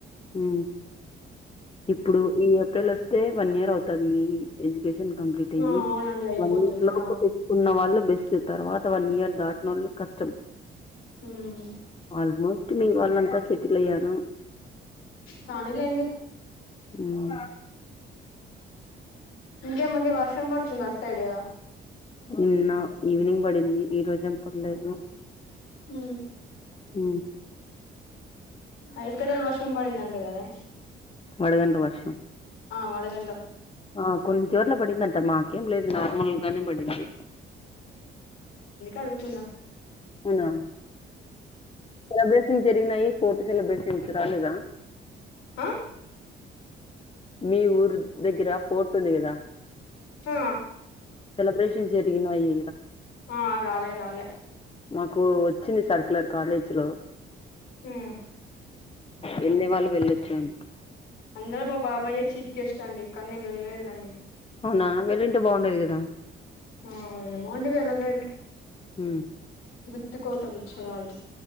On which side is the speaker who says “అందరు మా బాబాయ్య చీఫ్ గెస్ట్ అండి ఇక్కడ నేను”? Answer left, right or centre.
Left